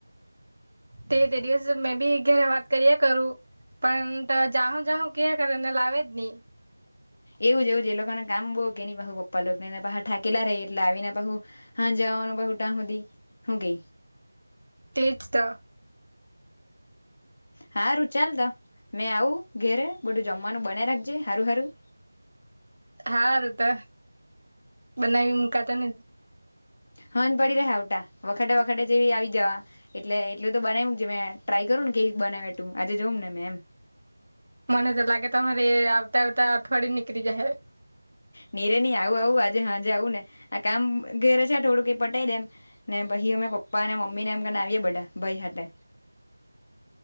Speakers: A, on the right (about 60°); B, on the left (about 35°).
A: તે તે દિવસ મેં બી ઘરે વાત કરીએ કરું. પણ તો જાહું જાહું કે કરે ને લાવે જ નહી.
B: એવું જ એવું એ લોકોને કામ બહુ કે પા હું પપ્પા લોકો એના થાકેલા રહી એટ આવી પા હું તનું બહુટા સુદી હું કે
A: તેજ તો
B: હા રું ચાલ તો મેં આવું ઘેરે બધું જમવાનું બનાવી રાખજે હારું હારું.
A: હા ર તો બનાવી મુકાાતાને
B: હંધ પડી રહ્યા આવટા વખાતે વખા જેવી આવી જવા એટલે એટલું તો બનાવી મે ટ્રાય કરું ને કે બનાવે તું આજે જોઉમ ને મે એમ
A: મને તો લાગે તમારે આવતા આવતા અઠવાડિયે નીકળી જાય હ
B: નીરે ન આવું આવું આજે હાજે આવું ને આ કામ ઘેરે છે. થોડુંક પટાઈ દેમ. ને ભ પપ્પા અનેને મમ્મી ને એમને આવીએ બધા ભાઈ સાથે.